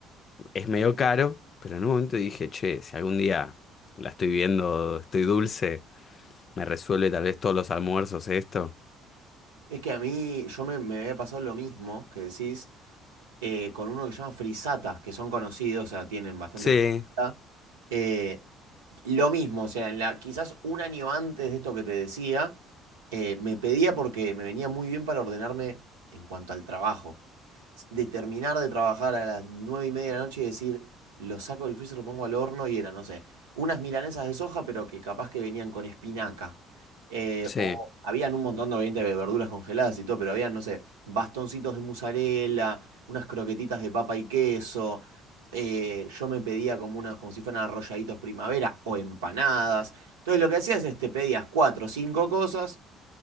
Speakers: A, on the left (about 45°); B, on the right (about 80°).
A: es medio caro, pero en un momento dije, che, si algún día la estoy viendo, estoy dulce, me resuelve tal vez todos los almuerzos esto.
B: Es que a mí, yo me, me había pasado lo mismo que decís, eh, con uno que se llama Frisata, que son conocidos, o sea, tienen bastante
A: Sí,
B: publicidad. Eh, lo mismo, o sea, en la, quizás un año antes de esto que te decía, eh, me pedía porque me venía muy bien para ordenarme en cuanto al trabajo. De terminar de trabajar a las nueve y media de la noche y decir, lo saco del freezer, lo pongo al horno y era, no sé, unas milanesas de soja, pero que capaz que venían con espinaca. Eh,
A: sí,
B: o habían un montón de obviamente de verduras congeladas y todo, pero habían, no sé, bastoncitos de mozzarella, unas croquetitas de papa y queso eh, yo me pedía como unas, como si fueran arrolladitos primavera o empanadas. Entonces lo que hacías es te pedías cuatro o cinco cosas,